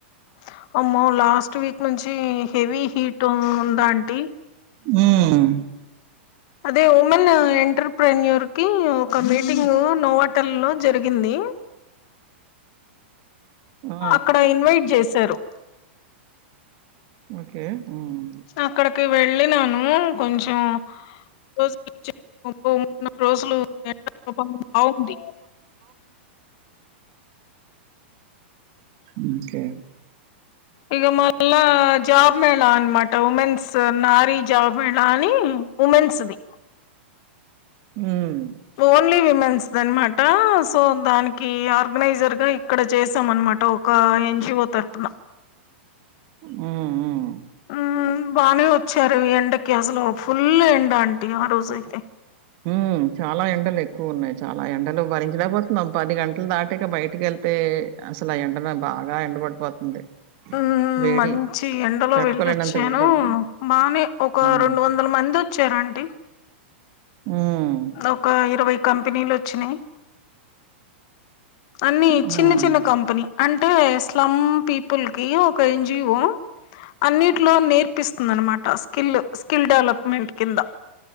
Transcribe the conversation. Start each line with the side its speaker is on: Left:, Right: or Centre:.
Left: ప్చ్ వమ్మో లాస్ట్ వీక్ నుంచి, హెవీ హీట్ట్ ఉందాంటీ
Right: హ్మ్మ్
Left: అదే ఓమెన్న ఎంటర్ర్ పోయిన్యూర్ కి ఒక మీటింగు నోవాట్టర్ లో జరిగింది.
Right: ఆ!
Left: అక్కడ ఇన్వైట్ జేస్ సేరు
Right: ఓకే హ్మ్.
Left: నాక్కడకి వెళ్ వెళ్ళినాను కొంచం రోజులు <unintelligible> రోజులు <unintelligible> బాగుంది.
Right: మ్మ్ కే
Left: ఇగ మళ్ళాజ్ జాబ్ మేళా అనమాట ఉమెన్స్, నారీ జాబ్ మేళా అని ఉమెన్ సుది.
Right: హ్మ్
Left: ఓన్లీ విమెన్స్ దన్మాట సో దానికి, ఆర్గనైజర్గా ఇక్కడ చేసాం, అనమాట ఒక ఎన్ జీ వో తరుపున
Right: హ్మ్. హ్మ్.
Left: మ్మ్ బానే వచ్చారు. ఈ ఎండకి అసలు ఫుల్ ఎండ అంటే ఆ రోజైతే.
Right: హ్మ్ చాలా ఎండలు ఎక్కువ ఉన్నాయి. చాలా ఎండలు భరించలేక పోతున్నాం. పది గంటలు దాటిక బయటికి వెళ్తే అసలు ఆ ఎండరా బాగా ఎండర్ పడిపోతుంది.
Left: హ్మ్మ్
Right: వేడి
Left: మంచి ఎండలో
Right: తట్టుకోలేనంత
Left: వెళ్ళొచ్చాను,
Right: వేడుంటుంది.
Left: బానే ఒక
Right: హ్మ్.
Left: రెండు వందల మంది వచ్చారంటీ.
Right: హ్మ్.
Left: నౌకా ఇరవై కంపెనీలు వచ్చినాయి. అన్నీ
Right: హ్మ్.
Left: చిన్న, చిన్న కంపెనీ అన్ అంటే స్లమ్ పీపుల్ కి ఒక ఎన్జిఓ అన్నిట్లో నేర్పిస్తుంది అ నమాట టాస్క్ స్కిల్ స్కిల్ డెవలప్మెంట్ కింద